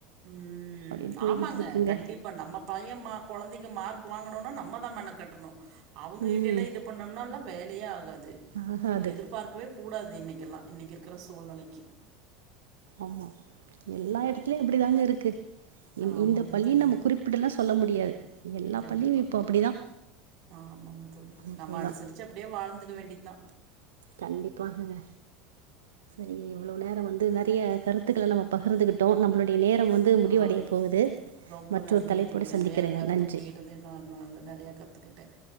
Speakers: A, on the right (about 50°); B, on the right (about 70°).
A: ம்
B: அப்டின்னு போய்கிட்டு
A: ஆமாங்க
B: இருக்குங்க
A: கண்டிப் பா நம்ம பைய மா கொழந்தைங்க மார்க் வாங்கணுனா நம்ம தா மென கட்டணு அவங்க
B: ம்
A: கிட்டேல்லா இது பண்ணுனால்லா வேலையே ஆகாது
B: ஆகாது
A: எதிர்பார்க் கவே கூடாது இன்னிக்கெல்லா இன்னிக்கு இருக்குற சூழ்நெலைக்கி
B: ஆமா எல்லா எடத்துலயு இப்டிதாங்க இருக்கு இந்
A: ஆமாங்க
B: இந்த பள்ளிய
A: தோழி
B: நம்ம குறிப்பிடுல்லா சொல்ல முடியாது எல்லா
A: கண்டிப்பாங்க
B: பள்ளியு இப்போ அப்டிதா
A: ஆ ஆமாங்க தோழி
B: அவ்ளோதா
A: நம்ம அனுசரிச் சு அப்டியே வாழ்ந்துக்க வேண்டிதா
B: கண்டிப்பாகங்க சரி இவ்ளோ நேரோ வந்து நறிய கருத்துக்கள நம்ம பஹிர்ந்துக்கிட்டோ நம்மளுடைய நேரம் வந்து முடிவடைய
A: ஆ
B: போகுது
A: ரொம்ப
B: மற்றொரு
A: நன்றிங்க
B: தலைப்போடு
A: தோழி நறையா
B: சந்திக்கிறேங்க
A: கருத்து
B: நன்றி
A: உங்க கிட்ட தே நா நால நெறையா கத்துக்கிட்ட